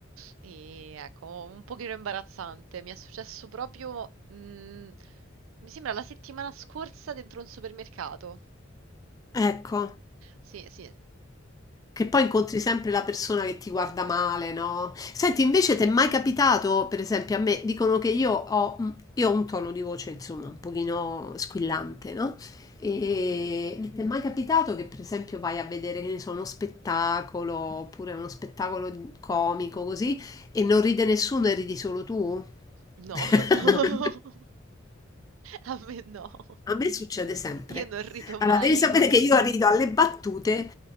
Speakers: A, on the right (about 90°); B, on the left (about 20°).
A: E ecco, un pochino imbarazzante. Mi è successo proprio, mh, mi sembra la settimana scorsa dentro un supermercato.
B: ecco
A: Sì, sì.
B: Che poi incontri sempre la persona che ti guarda male, no? Senti, invece ti è mai capitato, per esempio, a me dicono che io ho, un- io ho un tono di voce, insomma, un pochino squillante, no? E
A: Mhm.
B: e ti è mai capitato che, per esempio, vai a vedere, che ne so, uno spettacolo, oppure uno spettacolo comico, così, e non ride nessuno e ridi solo tu?
A: No,
B: No.
A: <laughs> no.
B: <laughs>
A: A me no.
B: A me succede sempre.
A: Io non rido
B: Allora,
A: mai.
B: devi sapere
A: <laughs>
B: che io rido alle battute